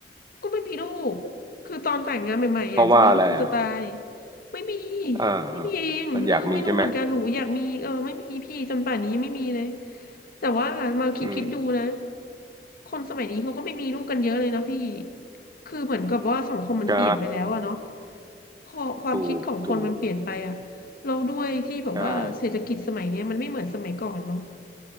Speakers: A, on the left; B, on the right.
A: ก็ไม่มีลูกคือตอนแต่งงานใหม่ๆอยากจะมีลูกจะตาย
B: เพราะว่าอะไรอ่ะ
A: ไม่มี
B: อ่าอา
A: ไม่มีเองเออไม่รู้เหมือนกันหนูอยากมีเออไม่มีพี่จนป่านนี้ยังไม่มีเลย
B: มันอยากมีใช่ไหม
A: แต่ว่ามาคิดคิดดูนะ
B: อืม
A: คนสมัยนี้เขาก็ไม่มีลูกกันเยอะเลยนะพี่คือเหมือนกับว่าสังคมมันเปลี่ยนไปแล้วอะเนาะ
B: ใช่
A: ข้อความคิดของคนมันเปลี่ยนไปอะ
B: ถูกถูก
A: เราด้วยที่แบบว่าเศรษฐกิจสมัยเนี้ยมันไม่เหมือนสมัยก่อนเนาะ
B: ใช่